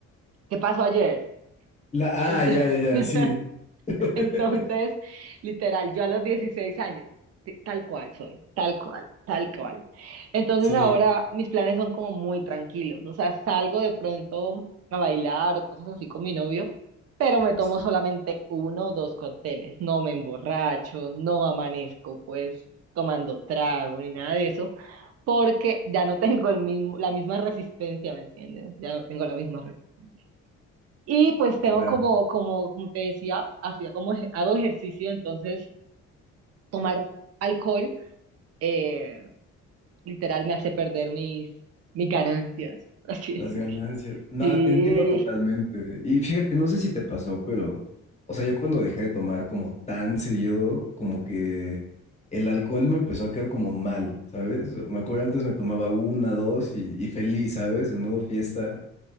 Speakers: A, on the right; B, on the left.
A: ¿Qué pasó ayer?
B: La,
A: Entonces,
B: ah, ya, ya, ya,
A: <laughs>
B: sí. <laughs>
A: Entonces, literal, yo a los 16 años, t- tal cual soy, tal cual, tal cual. Entonces
B: Sí.
A: ahora mis planes son como muy tranquilos, o sea, salgo de pronto a bailar o cosas así con mi novio, pero me tomo
B: Sí,
A: solamente uno o dos cócteles, no me emborracho, no amanezco pues tomando trago ni nada de eso, porque ya no tengo el mismo, la misma resistencia, ¿me entiendes? Ya no tengo la misma resistencia. Y pues tengo
B: claro.
A: como, como, como te decía, hacía como ej- hago ejercicio, entonces tomar alcohol eh, literal me hace perder mis, mis ganancias, <laughs> por así
B: Las
A: decirlo.
B: ganancias. nada
A: Sí,
B: te entiendo totalmente. Y fíjate, no sé si te pasó, pero, o sea, yo cuando dejé de tomar como tan seguido, como que el alcohol me empezó a caer como mal, ¿sabes? Me acuerdo antes me tomaba una, dos y, y feliz, ¿sabes? En modo fiesta.